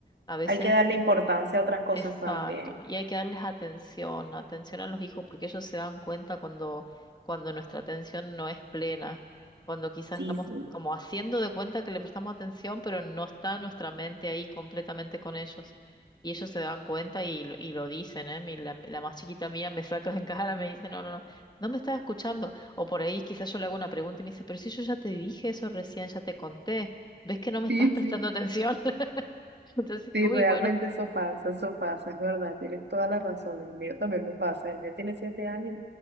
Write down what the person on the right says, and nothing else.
Hay que darle importancia a otras cosas
también.
Sí,
sí.
Sí,
sí,
sí,
realmente
eso pasa, eso pasa, es verdad, tienes toda la razón, el mío también me pasa, el mío tiene siete años